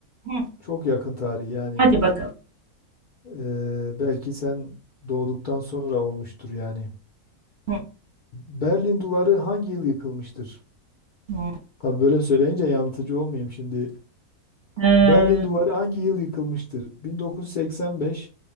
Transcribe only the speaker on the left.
Çok yakın tarih yani.
Ee, belki sen doğduktan sonra olmuştur yani.
Berlin Duvarı hangi yıl yıkılmıştır?
Tabii böyle söyleyince yanıltıcı olmayayım şimdi.
Berlin Duvarı hangi yıl yıkılmıştır? 1985,